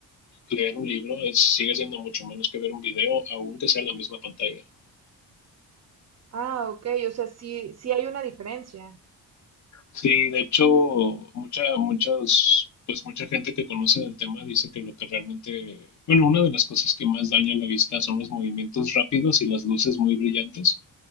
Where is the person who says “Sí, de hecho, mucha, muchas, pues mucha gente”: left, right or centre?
Left